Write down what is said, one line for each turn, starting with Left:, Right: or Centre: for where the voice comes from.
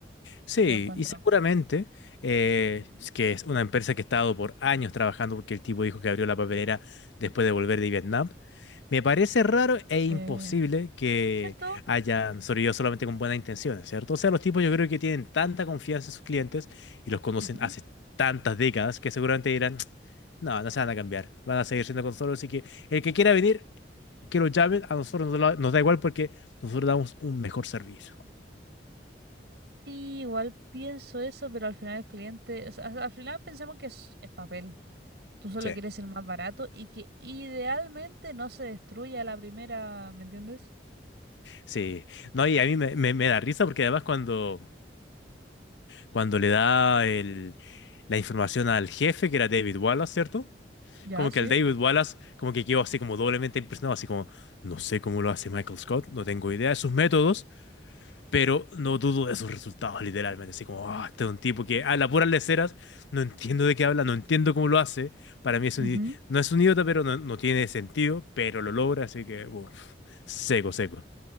Left: Sí,
Right: yo encuentro.
Left: y seguramente eh,
Right: Ujú.
Left: es que es una empresa que ha estado por años trabajando porque el tipo dijo que abrió la papelera después de volver de Vietnam. Me parece raro e
Right: Sí.
Left: imposible que
Right: ¿Cierto?
Left: hayan sobrevivido solamente con buenas intenciones, ¿cierto? O sea, los tipos yo creo que tienen tanta confianza en sus clientes y los conocen
Right: Ujú.
Left: hace tantas décadas que seguramente dirán, no, no se van a cambiar, van a seguir siendo con nosotros, así que el que quiera venir, que lo llamen, a nosotros nos da nos da igual porque nosotros damos un mejor servicio.
Right: Sí, igual pienso eso, pero al final el cliente, o sea, al final pensamos que es, es papel. Tú solo
Left: Sí.
Right: quieres el más barato y que idealmente no se destruya a la primera, ¿me entiendes?
Left: Sí, no, y a mí me, me- me da risa porque además cuando, cuando le da el, la información al jefe, que era David Wallace, ¿cierto?
Right: Ya,
Left: Como
Right: sí.
Left: que el David Wallace como que quedó así como doblemente impresionado, así como, no sé cómo lo hace Michael Scott, no tengo idea de sus métodos, pero no dudo de sus resultados, literalmente, así como, ah, este es un tipo que a las puras leceras, no entiendo de qué habla, no entiendo cómo lo hace, para mí es
Right: Ujú.
Left: un, i- no es un idiota, pero no, no tiene sentido, pero lo logra, así que, uf, seco, seco,